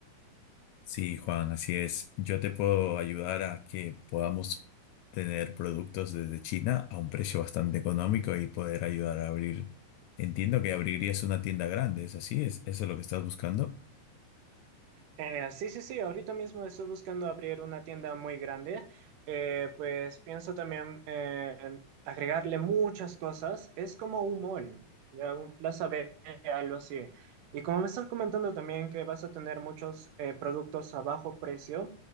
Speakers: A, on the left; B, on the right.
A: Sí, Juan, así es. Yo te puedo ayudar a que podamos tener productos desde China a un precio bastante económico y poder ayudar a abrir. Entiendo que abrirías una tienda grande, ¿es así? ¿Es eso lo que estás buscando?
B: Eh, sí, sí, sí, ahorita mismo estoy buscando abrir una tienda muy grande. Eh, pues pienso también eh, en agregarle muchas cosas. Es como un mall, ya un Plaza B, algo así. Y como me estás comentando también que vas a tener muchos eh, productos a bajo precio,